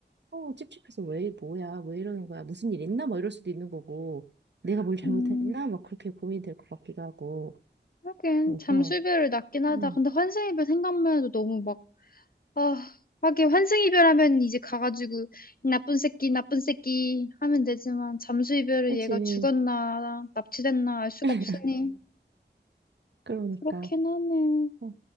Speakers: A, on the right; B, on the left.
A: 어 찝찝해서 왜 뭐야 왜 이러는 거야 무슨 일 있나 막 이럴 수도 있는 거고 내가 뭘 잘못했나
B: 음,
A: 막 그렇게 고민이 될 것 같기도 하고
B: 하긴,
A: 그래서
B: 잠수이별을 낫긴 하다.
A: 음
B: 근데 환생 이별 생각만 해도 너무 막, 아, 하긴, 환생 이별하면 이제 가가지고, 이 나쁜 새끼, 나쁜 새끼 하면 되지만, 잠수 이별을
A: 그치
B: 얘가 죽었나, 납치됐나 알 수가
A: <laughs>
B: 없으니.
A: 그러니까
B: 그렇긴 하네.
A: 어.